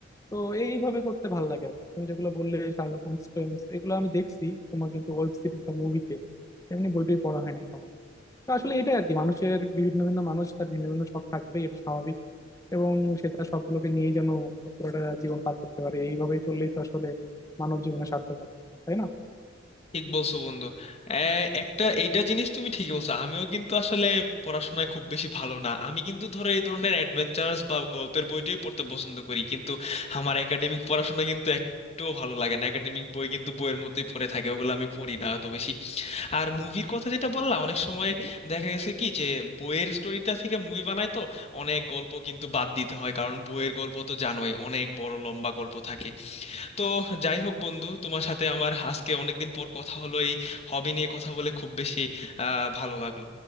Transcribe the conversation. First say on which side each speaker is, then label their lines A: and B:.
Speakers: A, on the left (about 15°); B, on the left (about 35°).
A: তো এইভাবে করতে ভালো লাগে আর কি। তুমি যেগুলো বললে শার্লক হোমস টোমস এগুলো আমি দেখছি তোমার কিন্তু ওয়েব সিরিজ বা মুভিতে এমনি বইটই পড়া হয় না তেমন তো আসলে এটাই আর কি মানুষের বিভিন্ন ভিন্ন মানুষ তার ভিন্ন ভিন্ন শখ থাকবেই এটা স্বাভাবিক এবং সে তার শখগুলোকে নিয়েই যেন পুরোটা জীবন পার করতে পারে এইভাবেই চললেই তো আসলে মানব জীবনের সার্থকতা তাই না
B: ঠিক বলছো বন্ধু এ- একটা এইটা জিনিস তুমি ঠিকই বলছো আমিও কিন্তু আসলে পড়াশোনায় খুব বেশি ভালো না আমি কিন্তু ধরো এই ধরনের অ্যাডভেঞ্চারস বা গল্পের বইটাই পড়তে পছন্দ করি কিন্তু আমার একাডেমিক পড়াশোনা কিন্তু একটুও ভালো লাগে না একাডেমিক বই কিন্তু বইয়ের মতোই পড়ে থাকে ওগুলো আমি পড়ি না অত বেশি আর মুভির কথা যেটা বললাম অনেক সময় দেখা গেছে কি যে বইয়ের স্টোরিটা থেকে মুভি বানায় তো অনেক গল্প কিন্তু বাদ দিতে হয় কারণ বইয়ের গল্প তো জানোই অনেক বড় লম্বা গল্প থাকে তো যাই হোক বন্ধু তোমার সাথে আমার আজকে অনেকদিন পর কথা হলো এই হবি নিয়ে কথা বলে খুব বেশি আহ ভালো লাগলো